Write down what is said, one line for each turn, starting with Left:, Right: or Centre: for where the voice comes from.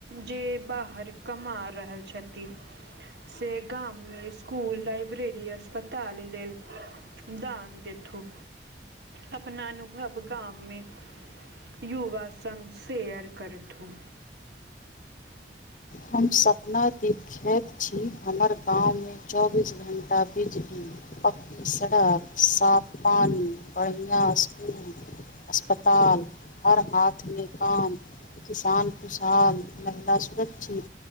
Right: जे बाहर कमा रहल छती। से गाममे स्कुल, लाइब्रेरी, अस्पताल लेल दान देथू। अपना अनुभव गाममे युवा संग शेयर करथू।
Left: हम सपना दी। खैत छी हमर गांवमे चौबीस घंटा बिजली पक्की सड़क, साफ पानी, बढ़ियां स्कूल अस्पताल, हर हाथमे काम किसान, किसान महिला सुरक्षित